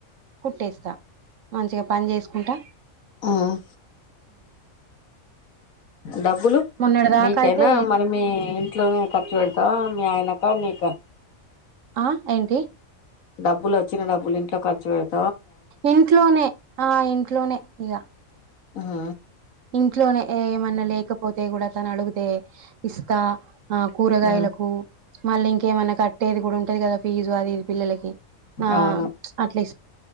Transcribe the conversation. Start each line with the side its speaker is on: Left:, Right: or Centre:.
Right: కుట్టేస్తా మంచిగా పని చేసుకుంటా
Left: ఉమ్ డబ్బులు
Right: మొన్నటి దాకా
Left: మీకేనా
Right: అయితే
Left: మరి మీ ఇంట్లోనే ఖర్చు పెడతవ మీ ఆయనక నీకా
Right: ఆ ఏంటి
Left: డబ్బులు వచ్చిన డబులు ఇంట్లో ఖర్చు పెడత
Right: ఇంట్లోనే ఆ ఇంట్లోనే ఇగ
Left: ఉమ్
Right: ఇంట్లోనే ఏమన్నా లేకపోతే కూడా తను అడుగితే ఇస్తా ఆ కూరగాయలకు
Left: ఉమ్
Right: మళ్ళీ ఇంకేమైనా కట్టేది కూడా ఉంటది కదా ఫీజు అదిది పిల్లలకి ఆ
Left: అవును
Right: అట్లీ